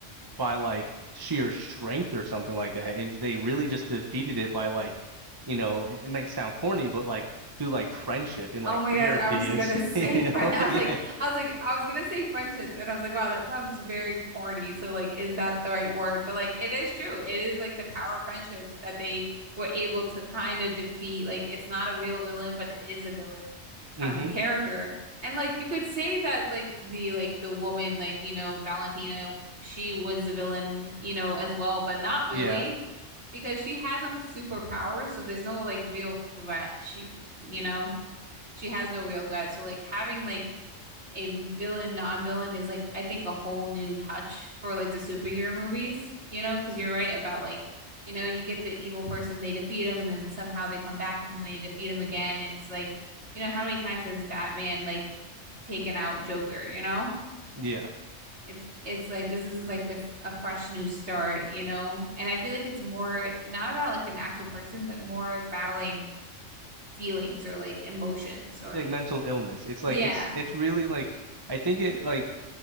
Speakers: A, on the right; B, on the right.
A: by like sheer strength or something like that. It, they really just defeated it by like, you know, it, it might sound corny, but like through like friendship and
B: Oh
A: like
B: my
A: therapy
B: gosh, I was gonna
A: and,
B: say
A: <laughs> you
B: friend.
A: know,
B: <laughs> I
A: <laughs> yeah.
B: was like, I was like, I was gonna say friendships, and I was like, wow, that sounds very corny. So like, is that the right word? But like, it is true. It is like the power of friendship that they were able to kind of defeat. Like, it's not a real villain, but it is a villain
A: hmm
B: kind of character. And like, you could say that like the like the woman, like you know, Valentina, she was the villain, you know, as well, but not really.
A: Yeah.
B: Because she has no superpower, so there's no like real threat. She, you know she has no real threat. So like having like a villain non-villain is like I think a whole new touch for like the superhero movies, you know, cuz you're right about like you know, you get the evil person, they defeat him and then somehow they come back and then they defeat him again and it's like, you know, how many times has Batman like taken out Joker, you know?
A: Yeah.
B: It's it's like this is like the a fresh new start, you know? And I feel like it's more not about like an actual person, but more battling feelings or like emotions or
A: Like mental illness. It's
B: yeah,
A: like, it's, it's really like, I think it like,